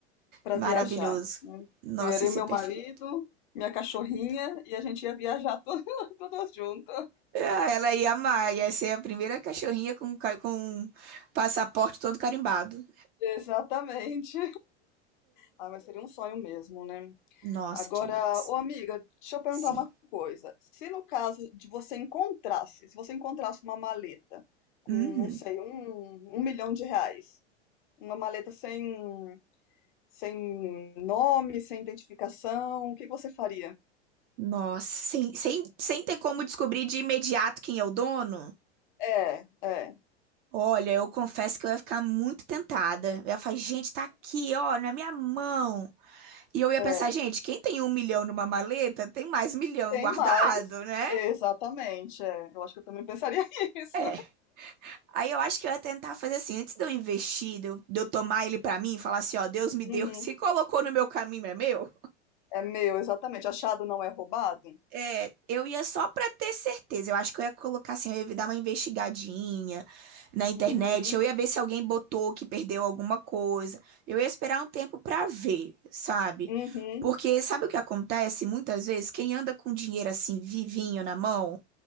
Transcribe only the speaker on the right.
maravilhoso.
Nossa,
ia ser
perfeito.
Ah, Ela ia amar, ia ser a primeira cachorrinha com, ca- com passaporte todo carimbado.
Nossa,
demais.
Sim.
Uhum.
Nossa, sem, sem, sem ter como descobrir de imediato quem é o dono?
Olha, eu confesso que eu ia ficar muito tentada. Eu ia falar, gente, tá aqui, ó, na minha mão. E eu ia
pensar, gente, quem tem um milhão numa maleta tem mais milhão
guardado,
né?
É. Aí eu acho que eu ia tentar fazer assim, antes de eu investir, de eu, de eu tomar ele pra mim, e falar assim, ó, Deus me deu,
<laughs> se colocou no meu caminho, é meu.
É, Eu ia só pra ter certeza. Eu acho que eu ia colocar assim, eu ia dar uma investigadinha na internet.
Eu ia ver se alguém botou que perdeu alguma coisa. Eu ia esperar um tempo pra ver, sabe?
Porque sabe o que acontece muitas vezes? Quem anda com dinheiro assim, vivinho na mão,